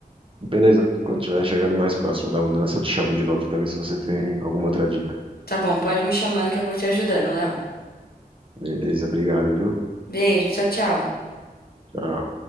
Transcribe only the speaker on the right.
beleza. Quando eu estiver chegando mais próximo da mudança, eu te chamo de novo pra ver se você tem alguma outra dica.
Beleza, obrigado, viu?
Tchau.